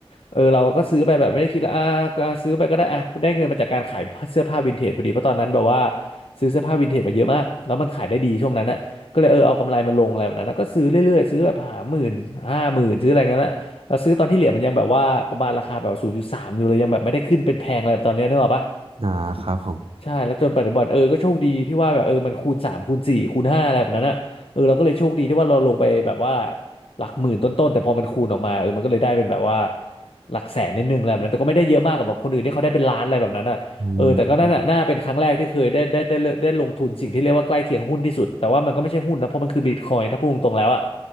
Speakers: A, on the left; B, on the right.
A: เออเราก็ซื้อไปแบบไม่ได้คิดละอ่าก็ซื้อไปก็ได้อ่ะได้เงินมาจากการขายเสื้อผ้าวินเทจพอดีเพราะตอนนั้นแบบว่าซื้อเสื้อผ้าวินเทจมาเยอะมากแล้วมันขายได้ดีช่วงนั้นน่ะก็เลยเออเอากำไรมาลงอะไรแบบนั้นนะก็ซื้อเรื่อยๆซื้อแบบหาหมื่นห้าหมื่นซื้ออะไรเงี้ยนะเราซื้อตอนที่เหรียญมันยังแบบว่าประมาณราคาแบบศูนย์จุดสามอยู่เลยยังแบบไม่ได้ขึ้นเป็นแพงอะไรแบบตอนเนี้ยนึกออกปะ
B: อ่าครับผม
A: ใช่แล้วจนปัจจุบันเออก็โชคดีที่ว่าแบบเออมันคูณสามคูณสี่คูณห้าอะไรแบบนั้นอ่ะเออเราก็เลยโชคดีที่ว่าเราลงไปแบบว่าหลักหมื่นต้นๆแต่พอมันคูณออกมาเออมันก็เลยได้เป็นแบบว่าหลักแสนนิดนึงอะไรแบบนั้นแต่ก็ไม่ได้เยอะมากกับแบบคนอื่นที่เขาได้เป็นล้านอะไรแบบนั้นอ่ะเออแต่ก็นั่นนะน่าเป็นครั้งแรกที่เคยได้ได้ได้ได้ลงทุนสิ่งที่เรียกว่าใกล้เคียงหุ้นที่สุดแต่ว่ามันก็ไม่ใช่หุ้นนะเพราะมันคือบิตคอยน์ถ้าพูดตรงๆแล้วอ่ะ
B: อืม